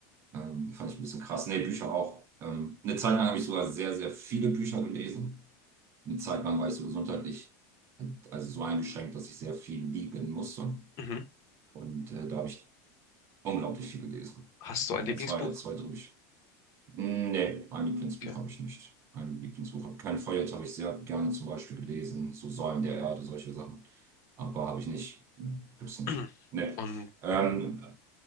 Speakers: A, on the right; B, on the left.
A: Ähm, fand ich ein bisschen krass. Nee, Bücher auch. Ähm, eine Zeit lang habe ich sogar sehr, sehr viele Bücher gelesen. Eine Zeit lang war ich so gesundheitlich, also so eingeschränkt, dass ich sehr viel liegen musste.
B: Mhm.
A: Und äh, da habe ich unglaublich viel gelesen.
B: Hast du
A: Manchmal
B: ein Lieblingsbuch?
A: zwei, zwei, drei Bücher. Nee, ein Lieblingsbuch
B: Okay.
A: habe ich nicht. Ein Lieblingsbuch habe kein Feuerlied habe ich sehr gerne zum Beispiel gelesen, so Säulen der Erde, solche Sachen. Aber habe ich nicht. Hm, Gibt's nicht.
B: <clears throat>
A: Nee.
B: Und
A: Ähm,